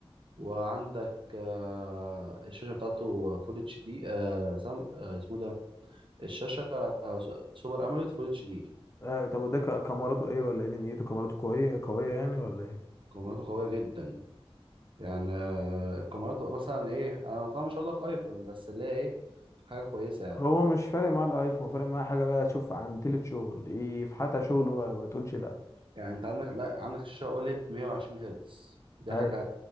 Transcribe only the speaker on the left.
آه، طب وده ك- كاميراته ايه ولا ايه دنيته كاميراته قويه قويه يعني ولا ايه
هو مش فارق معاه الايفون هو فارق معاه حاجه بقى تشوف عن تلت شغل يفحتها شغل وما ما تقولش لا
اي